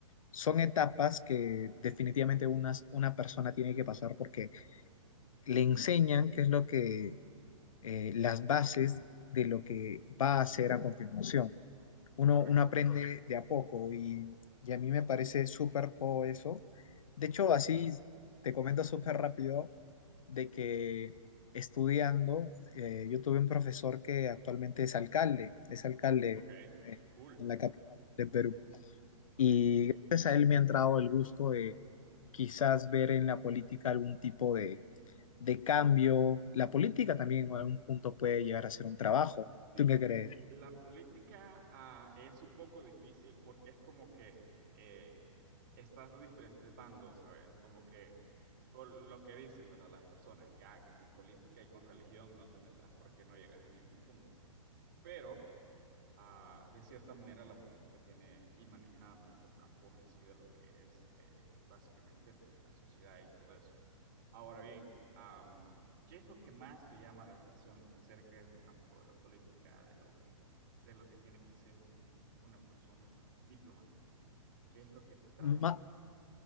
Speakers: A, on the left; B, on the right.
A: son etapas que definitivamente unas- una persona tiene que pasar porque le enseñan qué es lo que, eh, las bases de lo que va a hacer a continuación. uno,
B: correcto.
A: uno aprende de a poco y, y a mí me parece súper todo eso. De hecho, así te comento súper rápido de que estudiando, eh, yo tuve un profesor que actualmente es alcalde, es alcalde
B: Ok,
A: eh,
B: cool.
A: en la capital de Perú.
B: Ok.
A: Y gracias a él me ha entrado el gusto de quizás ver en la política algún tipo de, de cambio. La política también en algún punto puede llegar a ser un trabajo.
B: Sí,
A: ¿Tú qué crees?
B: la política ah, es un poco difícil porque es como que eh, estás de diferentes bandos, ¿sabes? Como que con lo que dicen, ¿verdad? Las personas, que, ah, que con política y con religión no te metas porque no llegas a ningún punto. Pero ah, de cierta manera la política tiene y maneja muchos campos en sí de lo que es eh, básicamente pues la sociedad y todo eso. Ahora bien, am, ¿qué es lo que más te llama la atención acerca de tu campo de la política, de lo que, de lo que tiene que ser un- un- una persona diplomática? ¿Qué es lo que te trae
A: Ma-
B: a ti?